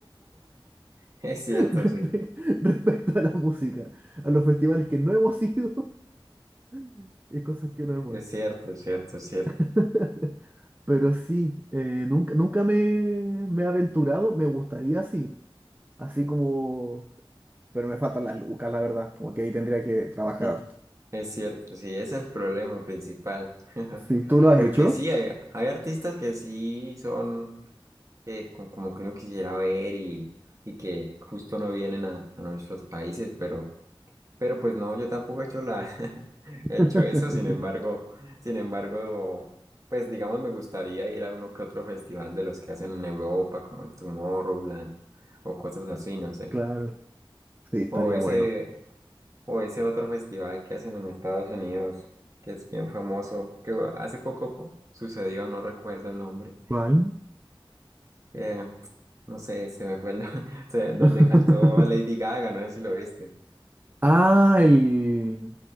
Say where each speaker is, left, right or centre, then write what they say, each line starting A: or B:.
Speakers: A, on the right; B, on the right.
A: <laughs> Es
B: <laughs>
A: cierto,
B: respe-
A: sí.
B: respecto a la música, a los festivales que no hemos ido <laughs> y cosas que no hemos
A: Es
B: hecho.
A: cierto, es cierto, es cierto.
B: <laughs> Pero sí, eh, nunca, nunca me, me he aventurado, me gustaría sí así como, pero me faltan las lucas, la verdad, como que ahí tendría que trabajar
A: <laughs>
B: harto.
A: Es cierto, sí, ese es el problema principal. <laughs>
B: Sí, ¿tú lo has
A: Porque
B: hecho?
A: sí, hay, hay artistas que sí son eh, co- como que uno quisiera ver y, y que justo no vienen a, a nuestros países, pero, pero pues no, yo tampoco he hecho la, <laughs> he
B: <laughs>
A: hecho eso, sin embargo, sin embargo, pues digamos me gustaría ir a uno que otro festival de los que hacen en Europa, como el Tomorrowland o cosas así, no sé.
B: Claro, sí, estaría
A: O ese,
B: bueno.
A: o ese otro festival que hacen en Estados Unidos, que es bien famoso, que va- hace poco po- sucedió, no recuerdo el nombre.
B: ¿Cuál?
A: Eh, no sé, se me fue el nombre. <laughs> donde
B: <laughs>
A: cantó Lady Gaga, no sé si lo viste.
B: Ah, el,